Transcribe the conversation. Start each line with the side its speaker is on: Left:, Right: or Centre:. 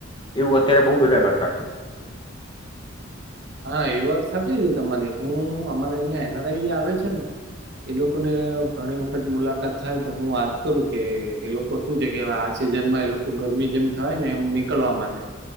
Left: એવું અત્યારે બહુ બધા કરતા છે.
Right: હા એ વાત સાચી છે તમારી. હું અમારે અહિયાં એન આર આઈ આવે છે ને એ લોકો ને ઘણી વખત મુલાકાત થાય તો હું વાત કરું કે એ લોકો શું છે કે હવે આ સિઝનમાં એ લોકો ગરમી જેમ થવા ને એમ નીકળવા માંડે,